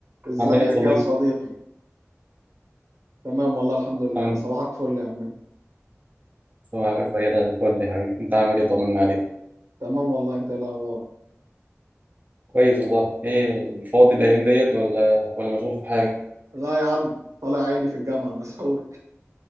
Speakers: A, on the right; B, on the right.
A: ازيك
B: عامل ايه يا صديقي؟
A: يا صديقي تمام والله الحمد لله
B: الحمد
A: صباحك فل يا عم
B: صباحك زي الفل يا حبيبي، انت عامل ايه طمنا عليك؟
A: تمام والله انت ايه الاخبار
B: كويس والله، ايه الفاضي الأيام ديت ولا ولا مشغول في حاجة؟
A: لا يا عم طالع عيني في الجامعه مسحول